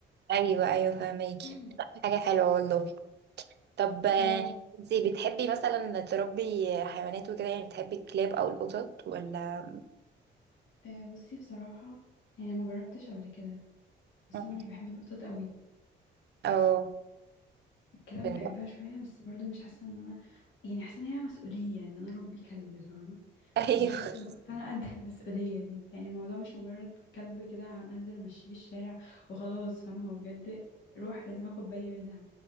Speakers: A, on the right; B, on the left.
A: ايوه ايوه فاهماكي
B: <clears throat>
A: حاجه حلوه والله طب آه،
B: اه
A: انتي بتحبي مثلا تربي حيوانات وكده يعني بتحبي الكلاب او القطط ولا
B: آه، بصي بصراحه يعني ما جربتش قبل كده بس
A: مم.
B: انا مش بحب الوطاط قوي
A: او
B: كلاب
A: بن-
B: بحبها شوية بس برضو مش حاسة ان انا يعني حاسة ان هي مسؤولية ان انا اربي كلب فاهمة
A: <laughs> ايوه
B: فمش حاسة اذا كنت انا قد <laughs> المسؤولية دي يعني الموضوع مش مجرد كلب كده هنزل امشيه في الشارع وخلاص فاهمة هو بجد روح لازم اخد بالي منها